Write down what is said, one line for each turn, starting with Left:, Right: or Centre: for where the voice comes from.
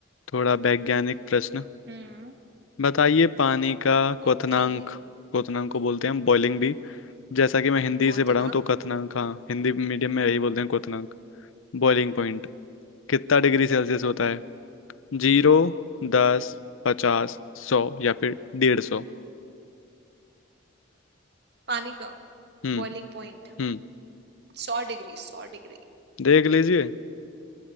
Left: थोड़ा वैज्ञानिक प्रश्न
Right: हम्म
Left: बताइए पानी का क्वथनांक
Right: ओके
Left: क्वथनांक को बोलते हैं हम बॉइलिंग भी जैसा कि मैं हिंदी
Right: क्वथनांक
Left: से पढ़ा हूँ तो क्वथनांक हाँ हिंदी मीडियम में यही बोलते हैं क्वथनांक बॉइलिंग पॉइंट कितना डिग्री सेल्सियस होता है जीरो दस पचास सौ या फिर डेढ़ सौ
Right: पानी का
Left: हम्म
Right: बॉइलिंग पॉइंट
Left: हम्म
Right: सौ डिग्री सौ डिग्री
Left: देख लीजिए